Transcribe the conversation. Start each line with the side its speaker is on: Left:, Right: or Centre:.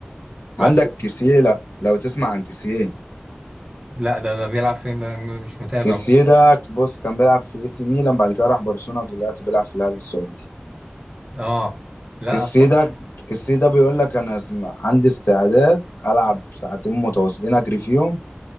Right: بس
Left: عندك كيسيه لو, لو تسمع عن كيسيه
Right: لا ده ده بيلعب فين ده مش متابع
Left: كيسيه ده بص كان بيلعب في اي سي ميلان بعد كده راح برشلونة دلوقتي بيلعب في الهلال السعودي
Right: اه لا
Left: كيسيه ده كيسيه ده بيقول لك انا اسم- عندي استعداد العب ساعتين متواصلين اجري فيهم